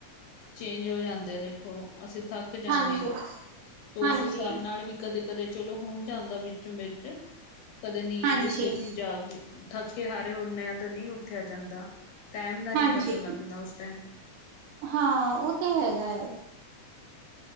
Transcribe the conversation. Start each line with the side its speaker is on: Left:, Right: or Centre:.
Left: ਚੇਂਜ ਹੋ ਜਾਂਦੇ ਆ ਦੇਖੋ, ਅਸੀਂ ਥੱਕ ਜਾਂਨੇ
Right: ਹਾਂਜੀ,
Left: ਆ, 'ਤੇ ਉਸ
Right: ਹਾਂਜੀ,
Left: ਹਿਸਾਬ ਨਾਲ ਵੀ ਕਦੇ-ਕਦੇ ਚਲੋ ਹੁਨ ਜਾਂਦਾ ਵਿੱਚੋਂ-ਵਿੱਚ, ਕਦੇ ਨੀਂਦ
Right: ਹਾਂਜੀ,
Left: ਤੇ ਸੇਤੀ ਜਾਗ ਈ ਥੱਕੇ-ਹਾਰੇ ਹੁੰਨੇ ਆ ਤਾਂ ਨਈ ਉਠਿੱਆ ਜਾਂਦਾ, ਟੈਮ ਦਾ
Right: ਹਾਂਜੀ।
Left: ਨੀ ਪਤਾ ਲੱਗਦਾ ਉਸ ਟੈਮ।
Right: ਹਾਂ, ਉਹ ਤੇ ਹੈਗਾ ਐ।